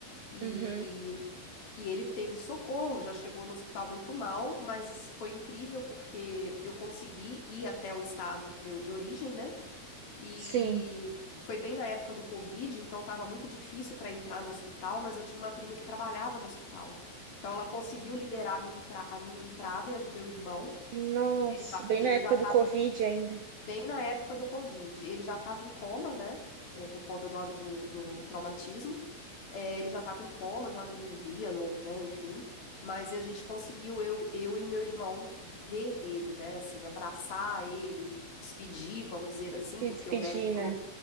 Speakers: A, on the left (about 50°); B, on the right (about 65°).
A: E,
B: Uhum,
A: e ele teve socorro, já chegou no hospital muito mal, mas foi incrível porque eu consegui ir até o estado meu de origem, né? E
B: sim.
A: foi bem na época do Covid, então estava muito difícil para entrar no hospital, mas eu tinha uma prima que trabalhava no hospital. Então ela conseguiu liberar a minha, entra- a minha entrada e a do meu irmão.
B: Nossa,
A: Ele já,
B: bem
A: ele
B: na época
A: já estava
B: do Covid ainda,
A: bem na época do Covid. Ele já estava em coma, né? é, por conta do, do, do traumatismo. É, ele já estava em coma, já não via, não, né? Enfim. Mas a gente conseguiu, eu, eu e meu irmão, ver ele, né? Assim, abraçar ele, despedir, vamos dizer assim,
B: que
A: porque
B: despedi,
A: o médico
B: né?
A: falou